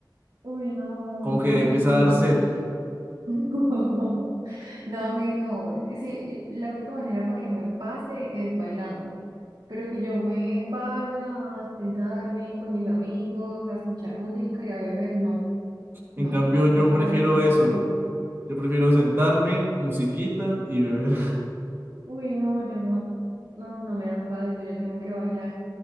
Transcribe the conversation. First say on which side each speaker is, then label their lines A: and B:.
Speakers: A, on the right (about 90°); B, on the right (about 30°).
A: uy, no,
B: como que
A: a mí
B: empieza
A: no.
B: a dar sed.
A: <laughs> No, me no. Sí, la única manera para que me pase es bailando. Pero que yo me vaya a sentarme con mis amigos, a escuchar música y a beber, no,
B: En
A: no,
B: cambio, yo
A: no
B: prefiero
A: puedo.
B: eso,
A: Se llama,
B: yo prefiero sentarme, musiquita y beber.
A: uy, no, yo no, no, no me da para eso, yo tengo que bailar.